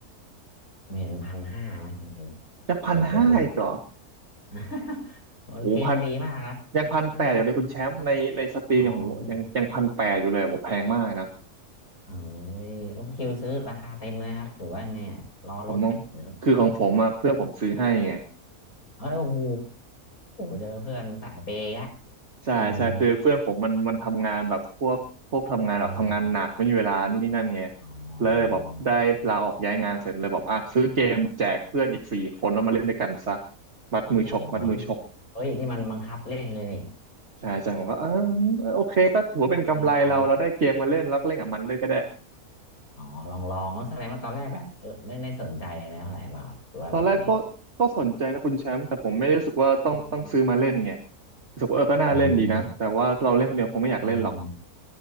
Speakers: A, on the left (about 75°); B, on the right (about 50°).
A: ผมเห็นพันห้าไหมคุณคิว
B: จากพันห้าอีกเหรอ
A: เปิดเปิดดู <laughs> โอ้ยเกมมันดีมากนะ
B: โอ้พันยังพันแปดอยู่เลยคุณแชมป์ในในสตรีมอย่างผมยังยังพันแปดอยู่เลยผมแพงมากนะ
A: เอออ๋ออืมๆเอ้ยโอคิวซื้อราคาเต็มเลยครับหรือว่าไงอ่ะรอลดไหมหรือ
B: ผมต้องคือของผมอะเพื่อนผมซื้อให้ไง
A: เอ้ย โอ้โหเจอเพื่อนสายเปย์อะ
B: ใช่ใช่คือเพื่อนผมมันมันทำงานแบบพวกพวกทำงานแบบทำงานหนักไม่มีเวลานู่นนี่นั่นไง
A: อืม <laughs> อ่าอ๋
B: แล้วเลยแบบได้ลาออกย้ายงานเสร็จเลยบอกอ่ะซื้อเกมแจกเพื่อนอีกสี่คนแล้วมาเล่นด้วยกันซะ
A: อ
B: มัดมือชกมัดมือชก
A: อ๋ออ๋อนี่เฮ้ยนี่มันบังคับเล่นเลยนี่ <laughs>
B: ใช่ใช่ผมก็เออเออโอเคก็ถือว่าเป็นกำไรเราเราได้เกมมาเล่นแล้วก็เล่นกับมันเลยก็ได้
A: เอออ๋ออ๋อลองลองแล้วแสดงว่าตอนแรกแบบเออไม่ได้สนใจอะไรเท่าไหร่เปล่าหรือว่าแบบไง
B: ตอนแรกก็ก็สนใจนะคุณแชมป์แต่ผมไม่ได้รู้สึกว่าต้องต้องซื้อมาเล่นไง
A: อืม
B: รู้สึกว่าเออก็น่าเล่นดีนะแต่ว่าเราเล่นคนเดียวคงไม่อยากเล่นหรอก
A: อืมอืม